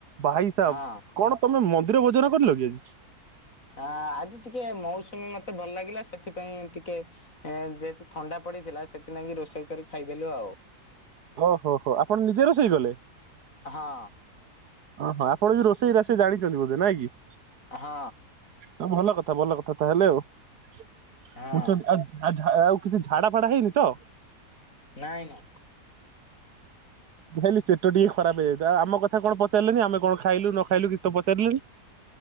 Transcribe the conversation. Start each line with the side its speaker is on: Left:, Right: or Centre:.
Right: ଭାଇ ସାବ
Left: ହଁ
Right: କଣ ତମେ ମନ୍ଦିର ଭୋଜନ କରିଲ କି?
Left: ଆ ଆଜି ଟିକେ ମୌସୁମୀ ମତେ ଭଲ ଲାଗିଲା ସେଥିପାଇଁ ଟିକେ ଯେହେତୁ ଥଣ୍ଡା ପ ପଡ଼ିଥିଲା ସେଥିଲାଗି ରୋଷେଇ କରି ଖାଇଦେଲୁ ଆଉ।
Right: ଓ ହୋ ହୋ ଆପଣ ନିଜେ ରୋଷେଇ କଲେ?
Left: ହଁ
Right: ହଁ ହଁ ଆପଣ ବି ରୋଷେଇ ରାଷେଇ ଜାଣିଛନ୍ତି ବୋଧେ ନାଇଁ କି?
Left: ହଁ
Right: ହ ଭଲ କଥା ଭଲ କଥା ତାହେଲେ ଆଉ <unintelligible>
Left: ହଁ
Right: ଆଉ କିଛି ଝାଡା ଫାଡା ହେଇନି ତ?
Left: ନାଇଁ ନାଇଁ
Right: ମୁଁ ଭାବିଲି ପେଟ ଟିକେ ଖରାପ ହେଇଯାଇଥିଲା ଆମ କଥା କଣ ପଚାରିଲେନି ଆମେ କଣ ଖାଇଲୁ ନ ଖାଇଲୁ କିଛି ତ ପଚାରିଲେନି।